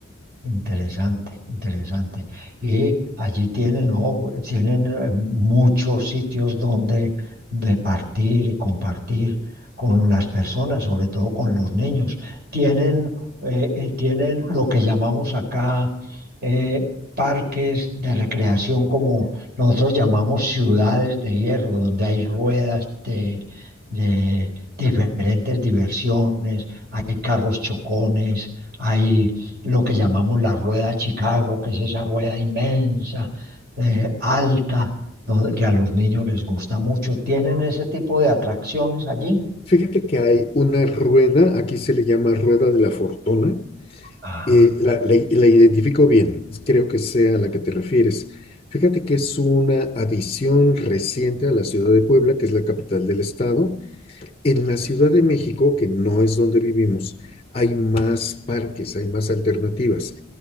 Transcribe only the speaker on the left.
Fíjate que hay una rueda, aquí se le llama rueda de la fortuna.
eh, la, la la identifico bien, creo que sea a la que te refieres. Fíjate que es una adición reciente a la ciudad de Puebla, que es la capital del estado, En la Ciudad de México, que no es donde vivimos, hay más parques, hay más alternativas.